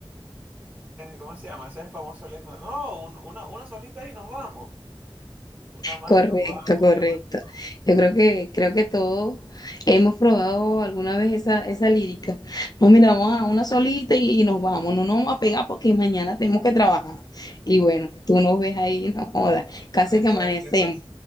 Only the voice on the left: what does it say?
Correcto,
correcto.
Yo
creo que, creo que todos hemos probado alguna vez esa, esa lírica. No, mira, vamos a una solita y, y nos vamos. No nos vamos a pegar porque mañana tenemos que trabajar. Y bueno, tú nos ves ahí, <laughs> no jodas. Casi
que amanecemos.